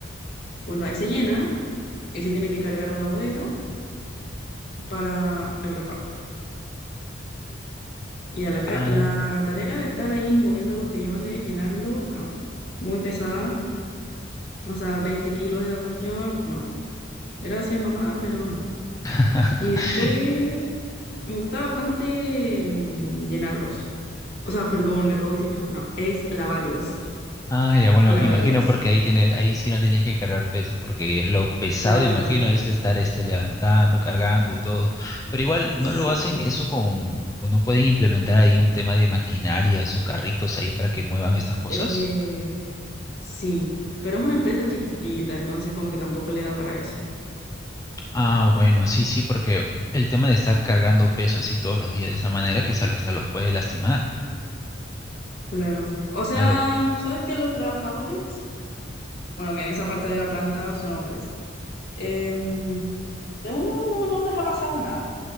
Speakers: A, on the left; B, on the left.
A: Bueno, ahí se llena y se tiene que cargar a una bodega para el reparto. Y a la, ca-
B: ah.
A: la tarea de estar ahí moviendo botellones, llenarlo, no, muy pesada. O sea, 20 kilos es la cuestión, no. Gracias, mamá, pero no.
B: <laughs>
A: Y después me gustaba bastante mm, llenarlos. O sea, perdón, acabo de decir que no. No, es lavarlos.
B: Ah, ya, bueno,
A: Lavarlos.
B: imagino porque ahí tienes, ahí sí no tienes que cargar peso, porque lo pesado,
A: Claro,
B: imagino, es que estar este levantando, cargando y todo. Pero igual no
A: sí.
B: lo hacen eso con, o no pueden implementar ahí un tema de maquinarias o carritos ahí para que muevan estas cosas.
A: Eh, sí, pero es una empresa chiquitita, entonces como que tampoco le da para eso.
B: Ah, bueno, sí, sí, porque
A: Sí.
B: el tema de estar cargando peso así todos los días de esa manera quizás hasta los puede lastimar.
A: Claro. O sea,
B: Claro.
A: ¿sabes que los trabajadores? Bueno, que en esa parte de la planta son hombres. Em, según yo, no, no les ha pasado nada.